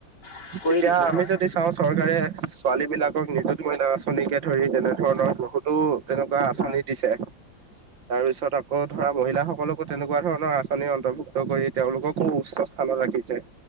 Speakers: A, on the left; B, on the right.
A: হয়। কৰি
B: এতিয়া
A: দিছে
B: আমি যদি
A: হয়
B: চাওঁ। চৰকাৰে ছোৱালী বিলাকক নিজুত মইনা আঁচনিকে ধৰি তেনে ধৰণৰ বহুত টো তেনেকুৱা আঁচনি
A: হয়
B: দিছে। তাৰ পিছত আকৌ ধৰা, মহিলাসকলকো তেনেকুৱা ধৰণৰ আঁচনি অন্তৰ্ভুক্ত কৰি তেওঁলোককো উচ্চ কামৰ ৰাখিছে।